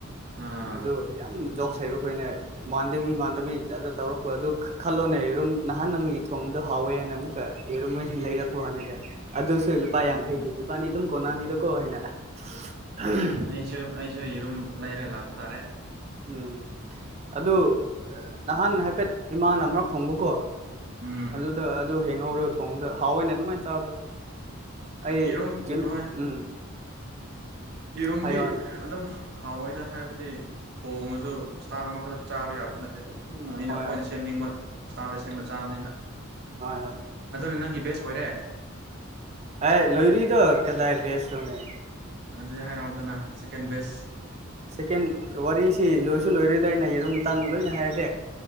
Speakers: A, on the right; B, on the right.
A: ꯑꯥ
B: ꯑ ꯌꯥꯝ ꯁꯩꯔꯈꯣꯏꯅꯦ ꯃꯥꯟꯗꯕꯤ ꯃꯥꯟꯗꯕꯤ ꯖꯠꯗ ꯇꯧꯔꯛꯄ ꯑꯗꯨ ꯈꯜꯂꯣꯅꯦꯔꯨꯝ ꯅꯍꯥꯟ ꯅꯪꯒꯤ ꯊꯣꯡꯗꯣ ꯍꯥꯎꯋꯦ ꯍꯥꯏꯅ ꯑꯃꯨꯛꯀ ꯌꯦꯔꯨꯝꯣꯏ ꯂꯩꯔꯛꯄꯣ ꯍꯥꯟꯅꯗ ꯑꯗꯨꯁꯨ ꯂꯨꯄꯥ
A: ꯎꯝ
B: ꯌꯥꯡꯈꯩꯒꯤ ꯀꯕꯥꯅꯤ ꯑꯗꯨꯝ ꯀꯣꯅꯥꯅꯤꯗ ꯀꯣ ꯍ ꯎꯝ
A: ꯑꯩꯁꯨ ꯑꯩꯁꯨ ꯌꯦꯔꯨꯝ ꯂꯩꯔꯒ ꯂꯥꯛꯄ ꯇꯥꯔꯦ
B: ꯎꯝ ꯑꯗꯨ ꯅꯍꯥꯟ ꯍꯥꯏꯐꯦꯠ ꯏꯃꯥꯅ ꯑꯃꯔꯛ ꯊꯣꯡꯕꯀꯣ
A: ꯎꯝ
B: ꯑꯗꯨꯗ ꯑꯗꯨ ꯍꯦꯡꯍꯧꯔꯣ ꯊꯣꯡꯗ ꯍꯥꯎꯑꯣꯏꯅꯦ ꯑꯗꯨꯃꯥꯏꯅ ꯆꯥꯕꯗꯣ ꯑꯩꯝ
A: ꯌꯦꯔꯨꯝ ꯍꯣꯏ
B: ꯎꯝ
A: ꯌꯦꯔꯨꯝꯗꯤ
B: ꯍꯥꯏꯌꯣ ꯍꯥꯏꯌꯣ
A: ꯑꯗꯨꯝ ꯍꯥꯎꯋꯏꯗ ꯍꯥꯏꯕꯗꯤ ꯊꯣꯡꯉꯁꯨ ꯏꯁꯇꯥꯏꯜ ꯑꯃꯈꯛꯇ ꯆꯥꯕ ꯌꯥꯕꯁꯨ ꯅꯠꯇꯦ ꯑꯗꯨꯝ ꯑꯩꯅ
B: ꯍꯣꯏ
A: ꯑꯩꯈꯣꯏꯅ ꯁꯦꯝꯅꯤꯡꯕ ꯏꯁꯇꯥꯏꯜꯗ ꯁꯦꯝꯕ ꯆꯥꯕꯅꯤꯅ
B: ꯍꯣꯏ ꯍꯣꯏ
A: ꯑꯗꯨꯅ ꯅꯪꯒꯤ ꯕꯦꯁ ꯑꯣꯏꯔꯦ
B: ꯑ ꯂꯣꯏꯔꯨꯗ ꯀꯗꯥꯥꯏ ꯕꯁ ꯑꯣꯏ
A: ꯑꯗꯨꯗꯤ ꯍꯥꯏꯔꯛꯑꯣꯗꯅ ꯁꯦꯀꯦꯟ ꯕꯦꯁ
B: ꯁꯦꯀꯦꯟ ꯋꯥꯔꯤꯁꯤ ꯂꯣꯏꯁꯨ ꯂꯣꯏꯔꯣꯏꯗꯏ ꯑꯩꯅ ꯌꯦꯔꯨꯝ ꯃꯇ ꯃꯇꯥꯡ ꯂꯣꯏꯅ ꯍꯥꯏꯔꯁꯤ